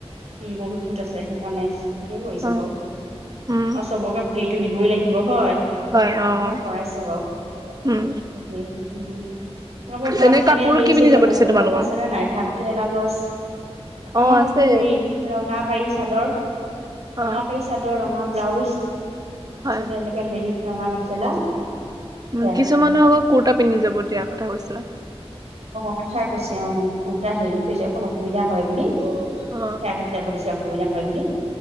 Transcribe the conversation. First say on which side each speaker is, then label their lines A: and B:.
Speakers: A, on the right (about 85°); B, on the right (about 35°).
A: উম' বহুত গোট আছে সেইকাৰণে। ঠিকেই কৰিছে
B: অ
A: বাৰু,
B: উম
A: আৰু চবকে হেৰিটো দিবই লাগিব হয়।
B: হয় অ
A: মানে
B: অ
A: কৰাইছো বাও সেইটোৱে,
B: উম
A: উম'। তোমালোকৰ ঘৰত,
B: এনে কাপোৰ
A: এনেই হেৰি
B: কি পিন্ধি
A: চেৰি পালে
B: যাব দিছে তোমালোকৰ
A: আছে নে নাই? ভাত কেৰেলা গছ। আকামা
B: অ আছে
A: কাপোৰ হেৰি ৰঙা পাৰি চাদৰ,
B: অ
A: ৰঙা পাৰি- চাদৰ, ৰঙা ব্লাউজ তাৰপিছতে,
B: হয়
A: এনেকে হেৰি, ৰঙা মেখেলা। সেয়া
B: উম' কিছুমানৰ আকৌ কুৰ্তা পিন্ধি যাব দিয়া কথা কৈছিলে।
A: অঁ' সেয়াই কৈছে অঁ, কোৰটা হেৰি কৈছে অকণ অসুবিধা হয় বুলি। সেয়া
B: অ
A: পিন্ধি যাব দিছে, অসুবিধা হয় বুলি।